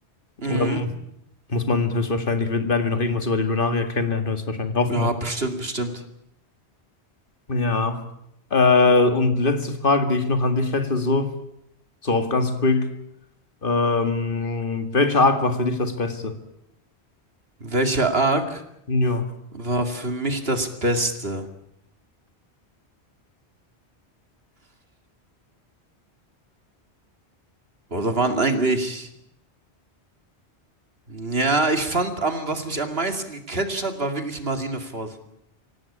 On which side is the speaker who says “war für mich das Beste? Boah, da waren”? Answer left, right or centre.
Right